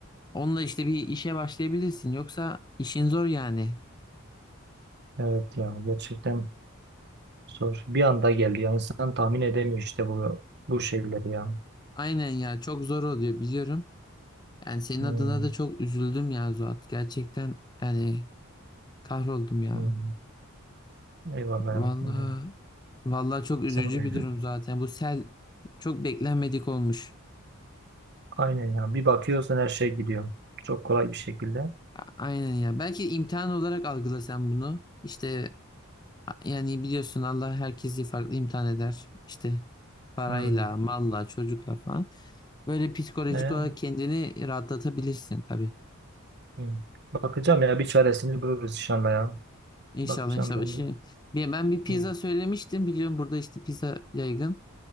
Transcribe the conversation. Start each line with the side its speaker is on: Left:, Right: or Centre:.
Left: Onunla işte bir işe başlayabilirsin. Yoksa işin zor yani.
Right: Evet ya gerçekten Zor. Bir anda geldi. Yani insan tahmin edemiyor işte bu bu şeyleri ya.
Left: Aynen ya çok zor oluyor biliyorum. Yani senin
Right: Hmm,
Left: adına da çok üzüldüm ya Zuhat. Gerçekten yani kahroldum ya.
Right: hmm. Eyvallah
Left: Vallahi
Right: ya. Tamam.
Left: vallahi çok üzücü
Right: Sen de.
Left: bir durum zaten. Bu sel çok beklenmedik olmuş.
Right: Aynen ya. Bir bakıyorsun her şey gidiyor. Çok kolay bir şekilde.
Left: Aynen ya. Belki imtihan olarak algılasan bunu. İşte Yani biliyorsun Allah herkesi farklı imtihan eder. İşte parayla,
Right: Hmm.
Left: malla, çocukla falan. Böyle psikolojik
Right: Ne? ya?
Left: olarak kendini rahatlatabilirsin tabii.
Right: Hmm. Bakacağım ya. Bir çaresini buluruz inşallah ya.
Left: İnşallah
Right: Bakacağım
Left: inşallah.
Right: ben
Left: Şimdi
Right: de.
Left: bir- ben bir pizza
Right: Hmm.
Left: söylemiştim. Biliyorum burada işte pizza yaygın.